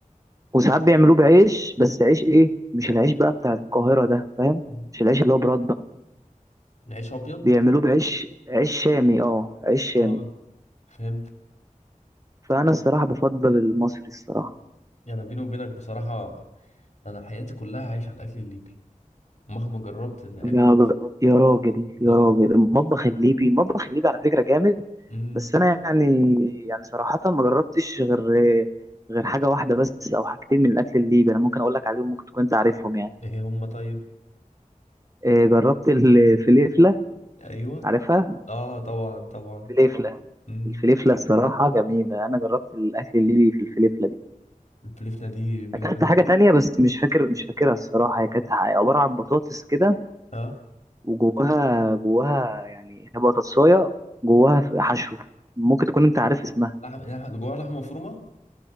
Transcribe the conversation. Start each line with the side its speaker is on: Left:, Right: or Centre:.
Right: وساعات بيعملوه بعيش بس عيش ايه مش العيش بقى بتاع القاهرة ده فاهم
Left: مم.
Right: مش العيش اللي هو برده
Left: عيش ابيض
Right: بيعملوه بعيش عيش شامي اه عيش شامي
Left: اه فهمت
Right: فأنا الصراحة بفضل المصري الصراحة
Left: يعني بيني وبينك بصراحة انا حياتي كلها عايش على الاكل الليبي مهما جربت ان اكل
Right: يا ب- يا راجل يا
Left: اه
Right: راجل المطبخ الليبي المطبخ الليبي على فكرة جامد
Left: امم
Right: بس أنا يعني يعني صراحة ما جربتش غير غير حاجة واحدة بس أو حاجتين من الأكل الليبي أنا ممكن أقول لك عليهم ممكن تكون أنت عارفهم يعني
Left: ايه هم طيب
Right: آه، جربت الفليفلة
Left: ايوه
Right: عارفها؟
Left: اه طبعا طبعا
Right: الفليفلة
Left: امم
Right: الفليفلة الصراحة جميلة أنا جربت الأكل الليبي في الفليفلة دي
Left: الفلفلة دي بيني
Right: أكلت
Left: وبينك
Right: حاجة تانية بس مش فاكر مش فاكرها الصراحة هي كانت عبارة عن بطاطس كده
Left: اه
Right: وجواها جواها يعني هي بطاطساية جواها في حشو ممكن تكون انت عارف اسمها
Left: لحم لحم- جواها لحمة مفرومة